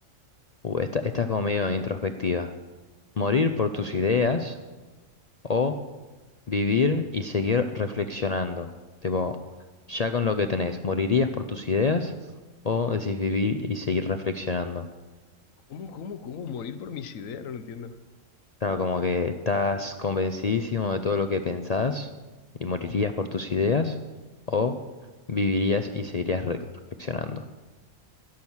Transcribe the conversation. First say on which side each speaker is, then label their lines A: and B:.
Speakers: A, on the left; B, on the left.
A: uh, esta, esta es como medio introspectiva. ¿Morir por tus
B: A ver.
A: ideas? o vivir y seguir reflexionando. Tipo, ya con lo que tenés, ¿morirías por tus ideas o decís vivir y seguir reflexionando?
B: ¿Cómo, cómo, cómo? Morir por mis ideas, no lo entiendo.
A: Claro, como que estás convencidísimo de todo lo que pensás y morirías por tus ideas o vivirías y seguirías re- reflexionando.